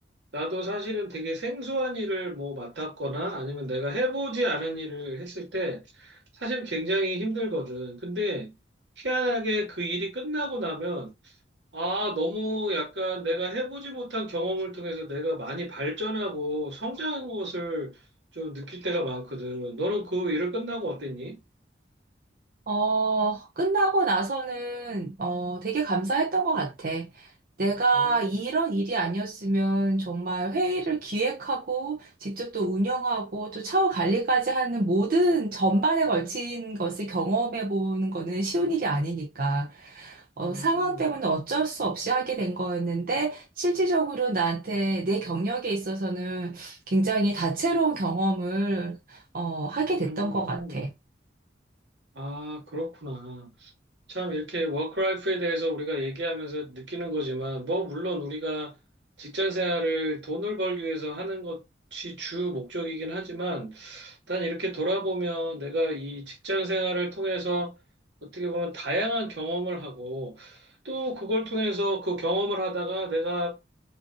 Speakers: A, on the right (about 75°); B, on the right (about 55°).
A: 나도 사실은 되게 생소한 일을 뭐 맡았거나 아니면 내가 해보지 않은 일을 했을 때 사실 굉장히 힘들거든. 근데 희한하게 그 일이 끝나고 나면 아, 너무 약간 내가 해보지 못한 경험을 통해서 내가 많이 발전하고 성장한 것을 좀 느낄 때가 많거든. 너는 그 일을 끝나고 어땠니?
B: 어, 끝나고 나서는, 어, 되게 감사했던 것 같아. 내가
A: 음,
B: 이런 일이 아니었으면 정말 회의를 기획하고, 직접 또 운영하고, 또 차후 관리까지 하는 모든 전반에 걸친 것을 경험해 보는 거는 쉬운 일이 아니니까. 어,
A: 음,
B: 상황 때문에 어쩔 수 없이 하게 된 거였는데, 실질적으로 나한테 내 경력에 있어서는 굉장히 다채로운 경험을, 어, 하게 됐던
A: 음.
B: 것 같아.
A: 아, 그렇구나. 참 이렇게 워크라이프에 대해서 우리가 얘기하면서 느끼는 거지만 뭐 물론 우리가 직장 생활을 돈을 벌기 위해서 하는 것이 주 목적이긴 하지만 난 이렇게 돌아보면 내가 이 직장 생활을 통해서 어떻게 보면 다양한 경험을 하고 또 그걸 통해서 그 경험을 하다가 내가